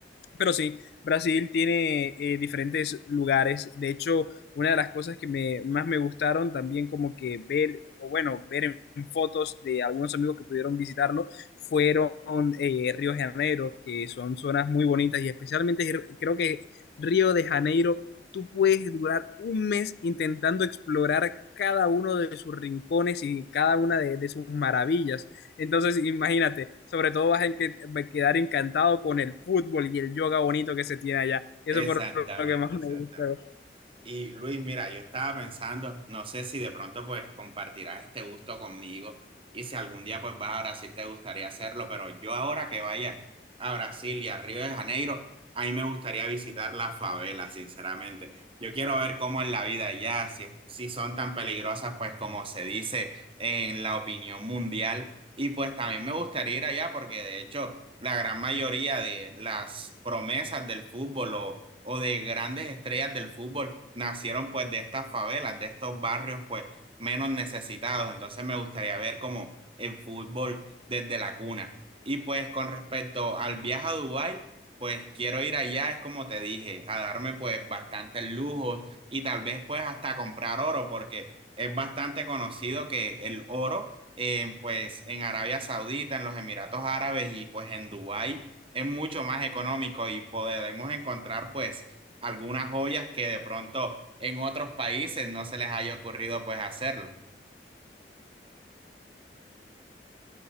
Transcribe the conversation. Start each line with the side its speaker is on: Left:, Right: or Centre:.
Left: Pero sí, Brasil tiene eh, diferentes lugares. De hecho, una de las cosas que me, más me gustaron también como que ver, o bueno, ver en, en fotos de algunos amigos que pudieron visitarlo, fueron eh, Río de Janeiro, que son zonas muy bonitas y especialmente r- creo que Río de Janeiro, tú puedes durar un mes intentando explorar cada uno de sus rincones y cada una de, de sus maravillas. Entonces, imagínate, sobre todo vas a enque- a quedar encantado con el fútbol y el yoga bonito que se tiene allá. Eso
Right: Exactamente,
Left: fue lo que más
Right: exactamente.
Left: me gustó.
Right: Y Luis, mira, yo estaba pensando, no sé si de pronto pues compartirás este gusto conmigo y si algún día pues vas a Brasil te gustaría hacerlo, pero yo ahora que vaya a Brasil y a Río de Janeiro, a mí me gustaría visitar las favelas, sinceramente. Yo quiero ver cómo es la vida allá, si, si son tan peligrosas pues como se dice en la opinión mundial y pues también me gustaría ir allá porque de hecho la gran mayoría de las promesas del fútbol o, o de grandes estrellas del fútbol nacieron pues de estas favelas, de estos barrios pues menos necesitados. Entonces me gustaría ver como el fútbol desde la cuna. Y pues con respecto al viaje a Dubái, pues quiero ir allá, es como te dije, a darme pues bastantes lujos y tal vez pues hasta comprar oro porque es bastante conocido que el oro en, pues en Arabia Saudita, en los Emiratos Árabes y pues en Dubái es mucho más económico y podemos encontrar pues algunas joyas que de pronto en otros países no se les haya ocurrido pues hacerlo.